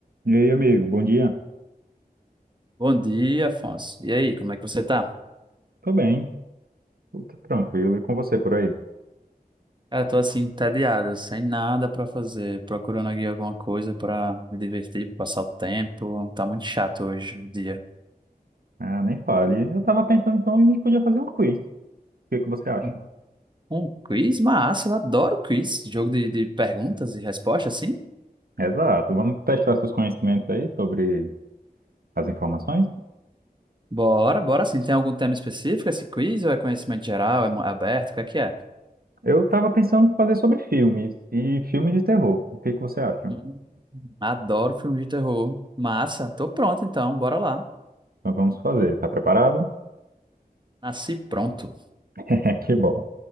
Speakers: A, on the right; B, on the right.
A: E aí, amigo, bom dia.
B: Bom dia, Afonso. E aí, como é que você tá?
A: Tô bem, tudo tranquilo. E com você por aí?
B: Cara, tô assim, entediado, sem nada pra fazer, procurando aqui alguma coisa pra me divertir, pra passar o tempo. Tá muito chato hoje o dia.
A: Ah, nem fale. Eu tava pensando então a gente podia fazer um quiz. O que que você acha?
B: Um, um quiz? Massa, eu adoro quiz. Jogo de, de perguntas e respostas, assim.
A: Exato. Vamos testar seus conhecimentos aí sobre as informações.
B: Bora, bora sim. Tem algum tema específico esse quiz ou é conhecimento geral, é mo- aberto, o que é que é?
A: Eu tava pensando em fazer sobre filmes e filmes de terror. O que que você acha?
B: Hum, adoro filme de terror. Massa, tô pronto então, bora lá.
A: Então vamos fazer. Tá preparado?
B: Nasci pronto.
A: <laughs> É, que bom.